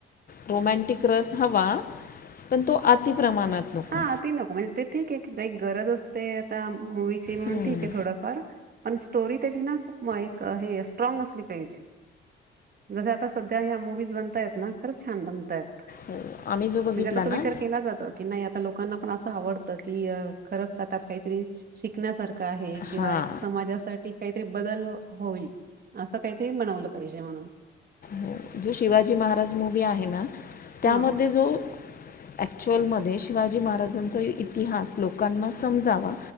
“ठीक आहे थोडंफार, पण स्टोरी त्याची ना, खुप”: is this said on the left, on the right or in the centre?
Right